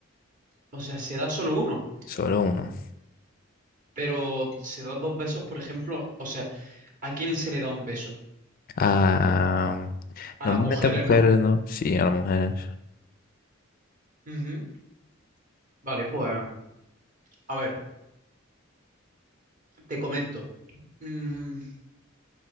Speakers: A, on the right (about 40°); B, on the left (about 45°).
A: o sea, se da solo uno,
B: solo uno.
A: pero se dan dos besos, por ejemplo, o sea, ¿a quién se le da un beso?
B: Ah,
A: A
B: normalmente
A: las mujeres,
B: mujeres,
A: ¿no?
B: ¿no? Sí, a las mujeres.
A: Ujú. Vale, pues, a ver, te comento. Mm,